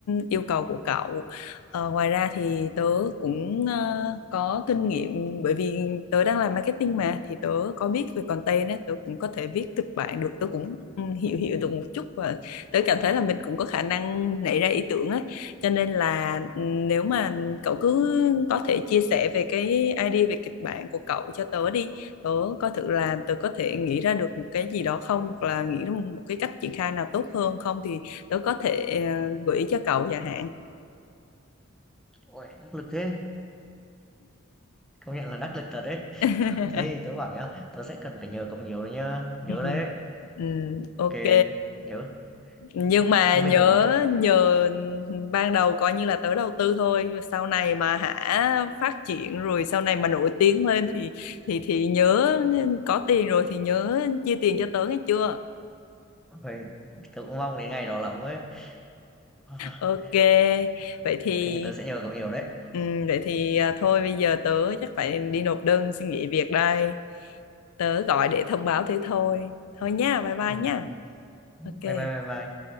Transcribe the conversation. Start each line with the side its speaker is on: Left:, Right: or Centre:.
Left: yêu cầu của cậu Ờ, ngoài ra thì tớ cũng ờ, có kinh nghiệm bởi vì tớ đang làm marketing mà thì tớ có biết về content á, tớ cũng có thể viết kịch bản được, tớ cũng ừ, hiểu hiểu được một chút và tớ cảm thấy là mình cũng có khả năng nảy ra ý tưởng á. Cho nên là ừ, nếu mà cậu cứ có thể chia sẻ về cái idea về kịch bản của cậu cho tớ đi, tớ coi thử là tớ có thể nghĩ ra được một cái gì đó không hoặc là nghĩ ra một một cái cách triển khai nào tốt hơn không thì tớ có thể ờ, gợi ý cho cậu chẳng hạn.
Centre: uầy, đắc lực thế, công nhận là đắc lực thật đấy.
Left: <laughs>
Centre: Thế thì tớ bảo nhá, tớ sẽ cần phải nhờ cậu nhiều đấy nhá, nhớ
Left: ừ,
Centre: đấy.
Left: ừ,
Centre: Ok,
Left: ok
Centre: nhớ
Left: nhưng
Centre: thế,
Left: mà
Centre: thế
Left: nhớ
Centre: bây giờ mà tớ,
Left: nhờ ban đầu coi như là tớ đầu tư thôi sau này mà hả phát triển rồi sau này mà nổi tiếng lên thì thì thì nhớ có tiền rồi thì nhớ chia tiền cho tớ nghe chưa
Centre: ôi, tớ cũng mong đến ngày đó lắm ấy. <laughs>
Left: ok
Centre: <sighs>
Left: vậy thì
Centre: Thế tớ sẽ nhờ cậu nhiều đấy.
Left: ừm, vậy thì à, thôi bây giờ tớ chắc phải đi nộp đơn xin nghỉ việc đây tớ gọi để thông báo thế thôi thôi nha bye bye
Centre: Ừ.
Left: nha ok
Centre: Bye bye bye bye.